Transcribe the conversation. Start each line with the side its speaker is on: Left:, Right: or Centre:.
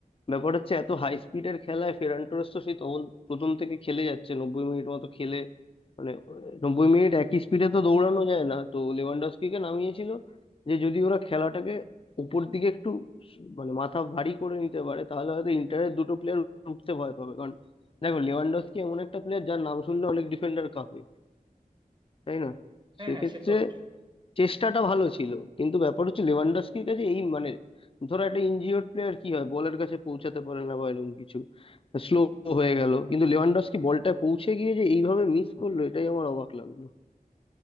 Left: ব্যাপার হচ্ছে এত হাই স্পিডের খেলায় ফেরান টোরেস তো সেই তখন প্রথম থেকে খেলে যাচ্ছে নব্বই মিনিট মতো খেলে মানে নব্বই মিনিট একই স্পিডে তো দৌড়ানো যায় না তো লেভানডস্কিকে নামিয়েছিল যে যদি ওরা খেলাটাকে উপর দিকে একটু স- মানে মাথা ভারী করে নিতে পারে তাহলে হয়তো ইন্টারের দুটো প্লেয়ার উঠতে ভয় পাবে কারণ দেখো লেভানডস্কি এমন একটা প্লেয়ার যার নাম শুনলে অনেক ডিফেন্ডার কাঁপে তাই না
Right: হ্যাঁ
Left: সেক্ষেত্রে
Right: হ্যাঁ সে তো অবশ্যই
Left: চেষ্টাটা ভালো ছিল কিন্তু ব্যাপার হচ্ছে লেভানডস্কির কাছে এই মানে ধরো একটা ইনজিওর প্লেয়ার কি হয় বলের কাছে পৌঁছাতে পারে না বা এরকম কিছু স্লো হয়ে গেল কিন্তু লেভানডস্কি বলটা পৌঁছে গিয়ে যে এইভাবে মিস করলো এটাই আমার অবাক লাগলো